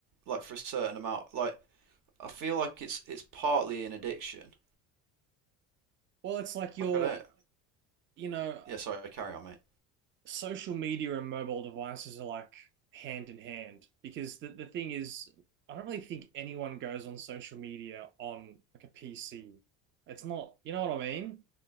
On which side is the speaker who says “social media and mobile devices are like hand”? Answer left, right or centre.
Right